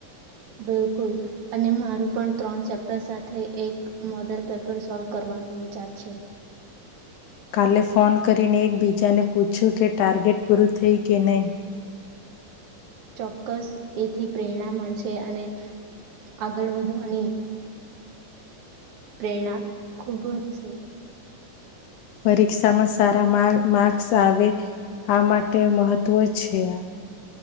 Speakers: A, on the right (about 65°); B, on the left (about 80°).
A: બિલકુલ. અને મારું પણ ત્રણ ચેપ્ટર સાથે એક મોડલ પેપર સોલ્વ કરવાનો વિચાર છે.
B: કાલે ફોન કરીને, એકબીજાને પૂછ્યું કે, ટાર્ગેટ પૂરું થઈ કે, નહીં.
A: ચોક્કસ એથી પ્રેરણા મળશે, અને આગળ વધવાની પ્રેરણા ખુબ વધશે.
B: પરીક્ષામાં સારા માર્ક્સ આવે, આ માટે મહત્વ છે.